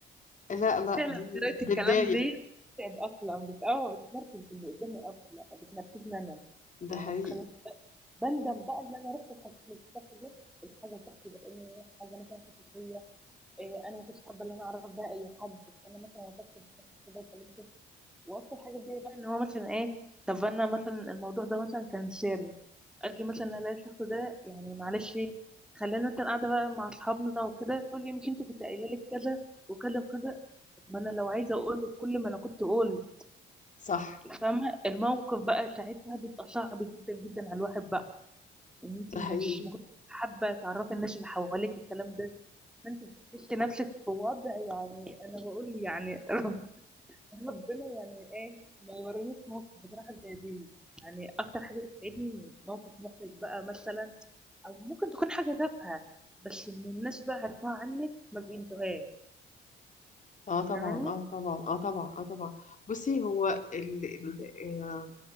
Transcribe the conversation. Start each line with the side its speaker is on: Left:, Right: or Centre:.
Left: لا لا
Centre: فعلا
Left: دي
Centre: طريقة
Left: بتضايق
Centre: الكلام دي بتتعب اصلا بتقوى بتنرفز اللي قدامي اصلا بتنرفزني انا
Left: ده
Centre: يعني
Left: حقيقي
Centre: ما بتخليني بندم بقى ان انا رحت الحكومه دي الحاجه بتاعتي لان حاجه مثلا كانت شويه إيه انا ما كنتش حابه ان انا اعرف بقى اي حد فانا مثلا وقفت في الشخص ده وكلمته واكتر حاجه بتضايق بقى ان هو مثلا ايه طب انا مثلا الموضوع ده مثلا كان سر اجي مثلا الاقي الشخص ده يعني معلش خلينا مثلا قاعده بقى مع اصحابنا وكده تقول لي مش انت كنت قايله لك كذا وكذا وكذا ما انا لو عايزه اقول لك كل ما انا كنت اقول
Left: صح
Centre: فاهمه الموقف بقى ساعتها بيبقى صعب جدا جدا على الواحد بقى ان انت
Left: ده
Centre: مش
Left: حقيقي
Centre: ما كنت حابه تعرفي الناس اللي حواليك الكلام ده فانت بتحسي نفسك في وضع يعني انا بقول يعني <laughs> رب ربنا يعني ايه ما يورينيش موقف بصراحه زي دي يعني اكتر حاجه بتتعبني موقف محرج بقى مثلا او ممكن تكون حاجه تافهه بس ان الناس بقى عارفاها عنك ما بينسوهاش
Left: اه طبعا
Centre: فاهماني
Left: اه طبعا اه طبعا اه طبعا بصي هو ال... ال... آه،